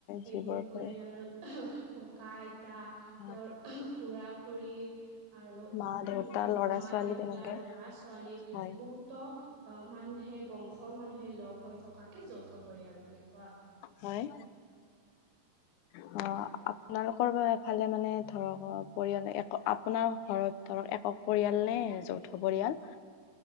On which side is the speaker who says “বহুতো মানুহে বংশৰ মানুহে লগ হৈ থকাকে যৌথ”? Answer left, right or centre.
Right